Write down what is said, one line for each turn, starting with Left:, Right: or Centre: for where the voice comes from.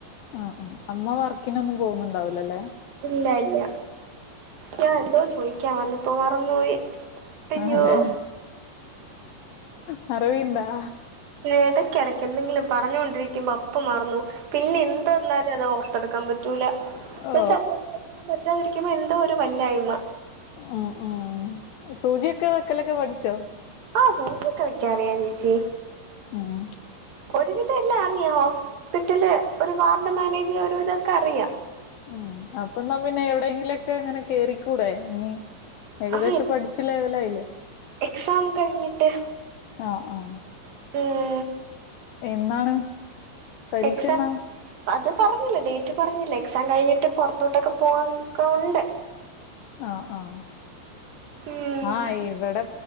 Left: ആഹ് ആഹ് അമ്മ വർക്കിനൊന്നും പോവ്ന്ന്ണ്ടാവില്ലലെ
Right: ഇല്ല ഇല്ല ഞാ എന്തോ ചൊയ്ക്ക വന്ന്പ്പൊ മറന്ന് പോയി അയ്യോ
Left: അതെ മറവിണ്ടാ
Right: എടക്ക് എടയ്ക്ക് എന്തെങ്കിലും പറഞൊണ്ടരിക്കുമ്പം അപ്പം മറന്നോവും പിന്നെ എന്തന്നാലും അത് തട്ക്കാൻ പറ്റൂല. പഷെ
Left: ഓ
Right: അത് തട്ക്കാൻ പറ്റാതിരിക്കുമ്പൊ എന്തോ ഒര് വല്ലാഴ്മ
Left: ഉം ഉം സൂചിയൊക്കെ വെക്കലൊക്കെ പഠ്ച്ചൊ.
Right: ആഹ് സൂച്ചിയൊക്കെ വെക്ക അറിയാം ചേച്ചി
Left: ഉം
Right: ഒര് തെല്ലാ അറിയാവൊ? ഹോസ്പിറ്റില് ഒര് വാർഡ് മാനേജ് ഒരു വിതൊക്കെ അറിയ
Left: ഉം അപ്പൊന്നാ പിന്നെ എവിടെങ്കിലൊക്കെ ഇങ്ങനെ കേറിക്കൂടെ ഇഞി ഏകദേശം
Right: ആ
Left: പഠിച്ച് ലെവലായിലെ
Right: എക്സാം കഴിഞ്ഞിട്ട്
Left: ആഹ് ആഹ്
Right: <unintelligible>
Left: എന്നാണ് പരീക്ഷ
Right: എക്സ
Left: എന്നാണ്
Right: അത് പറഞ്ഞില്ല. ഡേറ്റ് പറഞ്ഞില്ല എക്സാം കഴിഞ്ഞിട്ട് പൊറ്ത്തോട്ടൊക്കെ പോണന്നൊക്ക ഉണ്ട്.
Left: ആഹ് ആഹ്
Right: ഉം.
Left: ആഹ് ഇവെടെ